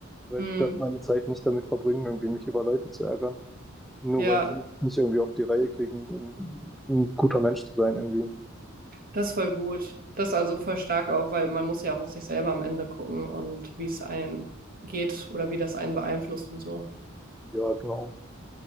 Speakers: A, in the centre; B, on the right (about 45°).
A: Weil
B: Hm,
A: ich werde meine Zeit nicht damit verbringen, irgendwie mich über Leute zu ärgern. Nur
B: ja,
A: weil die nicht irgendwie auf die Reihe kriegen, ein, ein guter Mensch zu sein irgendwie.
B: das ist voll gut. Das ist also voll stark auch, weil man muss ja auch auf sich selber am Ende gucken und wie es einen geht oder wie das einen beeinflusst und so.
A: Ja, genau.